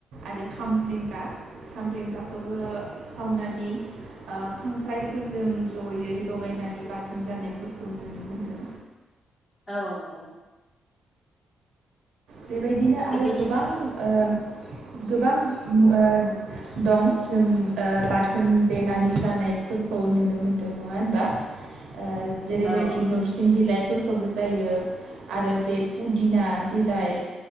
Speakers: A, on the right; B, on the left.
A: आरो खामब्रेंगा खामब्रेंगाखौबो सावनानै ओ खांख्राइफोरजों जयै लगायनानै बाथोन जानायफोरखौ नुनो मोनदों।
B: औ औ
A: बेबायदिनो
B: बेबायदिनो
A: आरो गोबां ओ गोबां ओ दं जों ओ बाथोन देनानै जानायफोरखौ नुनो मोन्दों नङा होनबा? ओ जेरैबायदि
B: औ
A: नरसिं बिलाइ फोरखौबो जायो आरो बे पुदिना बिलाइ